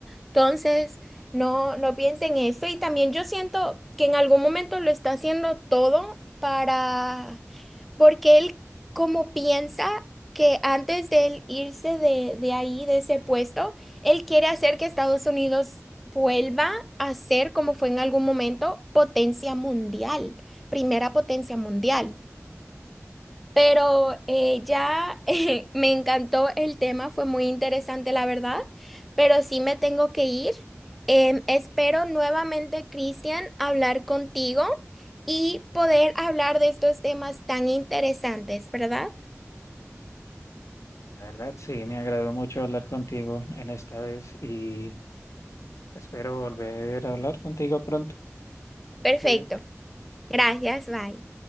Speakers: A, in the centre; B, on the left.
A: Entonces, no, no piensen eso. Y también yo siento que en algún momento lo está haciendo todo para, porque él como piensa que antes de él irse de, de ahí, de ese puesto, él quiere hacer que Estados Unidos vuelva a ser, como fue en algún momento, potencia mundial primera potencia mundial. Pero eh, ya <laughs> eh, me encantó el tema, fue muy interesante, la verdad, pero sí me tengo que ir. Em, espero nuevamente, Cristian, hablar contigo y poder hablar de estos temas tan interesantes, ¿verdad?
B: La verdad, sí, me agradó mucho hablar contigo en esta vez y espero volver a hablar contigo pronto.
A: Perfecto.
B: Cuídate.
A: Gracias, bye.